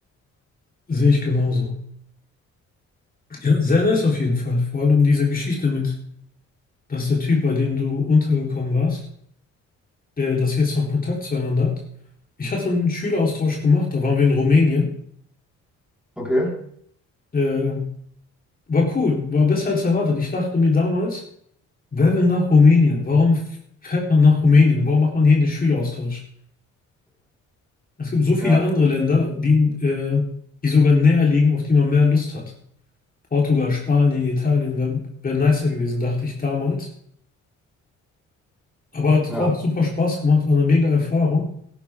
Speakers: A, on the left; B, in the centre.
A: Sehe ich genauso. Ja, sehr nice auf jeden Fall. Vor allem diese Geschichte mit, dass der Typ, bei dem du untergekommen warst, der das jetzt noch Kontakt zueinander habt. Ich hatte einen Schüleraustausch gemacht, da waren wir in Rumänien.
B: Okay,
A: Äh, war cool, war besser als erwartet. Ich dachte mir damals, wer will nach Rumänien? Warum fährt man nach Rumänien? Warum macht man hier den Schüleraustausch? Es gibt so viele
B: ja,
A: andere Länder, die, äh, die sogar näher liegen, auf die man mehr Lust hat. Portugal, Spanien, Italien wäre wär wär nicer gewesen, dachte ich damals. Aber hat
B: ja.
A: auch super Spaß gemacht, war eine mega Erfahrung.